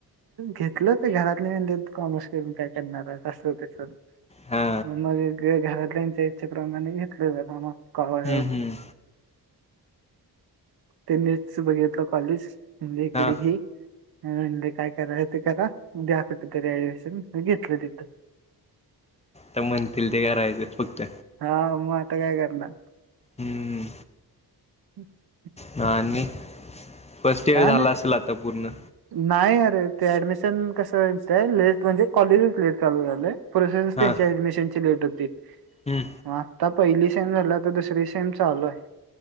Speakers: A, on the right; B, on the left.
A: घेतलं ते घरातले म्हणजे कॉमर्स करून काय करणार अससंतेस
B: हा
A: मग घरातल्याच्या इच्छेप्रमाणे घेतले ज का मग कावा
B: हम्म हम्म
A: त्यांनीच बघितलं कॉलेज म्हणजे इकडे
B: हा
A: घे म्हणजे काय कराय ते करा उद्या कुठे तरी ऍडमिशन म घेतलं तिथं
B: ता म्हणतील ते करायचं फक्त
A: हा मग आता काय करणार
B: हम्म
A: हम्
B: हा आणि फर्स्ट इयर
A: का
B: झाला
A: नाही
B: असेल आता पूर्ण
A: नाही अरे ते ऍडमिशन कसं वयचंय लेट म्हणजे कॉलेजच लेट चालू झालं प्रोसेसच
B: हा
A: त्यांच्या ऍडमिशन ची लेट होती
B: हम्म
A: मग आत्ता पहिली सेम झाल्या तर दुसरी सेम चालूय